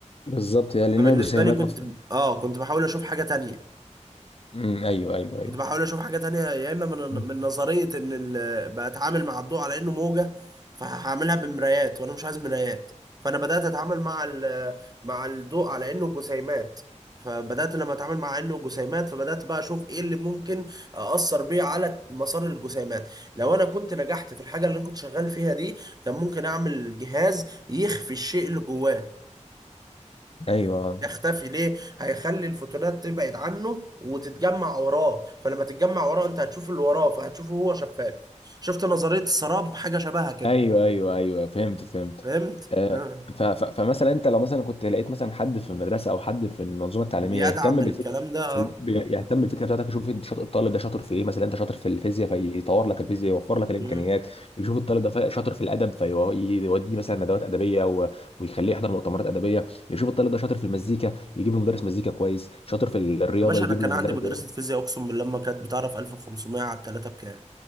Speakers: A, on the left; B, on the right.
A: بالظبط يا لانها
B: فبالنسبه
A: جسيمات
B: لي كنت
A: اصلا
B: اه كنت بحاول اشوف حاجه تانية
A: امم ايوه ايوه
B: كنت بحاول اشوف حاجه تانية يا اما من
A: ايوه
B: من نظريه ان ال- بتعامل مع الضوء على انه موجه فهعملها بمرايات وانا مش عايز مرايات فانا بدات اتعامل مع ال- مع الضوء على انه جسيمات فبدات لما اتعامل مع انه جسيمات فبدات بقى اشوف ايه اللي ممكن اثر بيه على مسار الجسيمات لو انا كنت نجحت في الحاجه اللي انا كنت شغال فيها دي كان ممكن اعمل جهاز يخفي الشيء اللي جواه
A: ايوه
B: يختفي ليه هيخلي الفوتونات تبعد عنه وتتجمع وراه فلما تتجمع وراه انت هتشوف اللي وراه فهتشوفه هو شفاف شفت نظرية السراب حاجة شبهها كده
A: ايوه ايوه ايوه فهمت فهمت
B: فهمت
A: آه،
B: نعم.
A: ف- ف- فمثلا انت لو مثلا كنت لقيت مثلا حد في المدرسه او حد في المنظومه التعليميه
B: يدعم
A: يهتم
B: الكلام
A: بالفكره
B: ده
A: ال- بي- يهتم بالفكره بتاعتك يشوف انت شاطر الطالب ده شاطر في ايه مثلا انت شاطر في الفيزياء فيطور لك الفيزياء يوفر لك الامكانيات
B: مم.
A: يشوف الطالب ده ف- شاطر في الادب فيوديه مثلا ندوات ادبيه و- ويخليه يحضر مؤتمرات ادبيه يشوف الطالب ده شاطر في المزيكا يجيب له مدرس مزيكا كويس شاطر في الرياضه
B: يا باشا
A: يجيب
B: انا كان
A: له
B: عندي
A: مدرب
B: مدرسة فيزياء اقسم بالله ما كانت بتعرف 1500 على الثلاثة بكام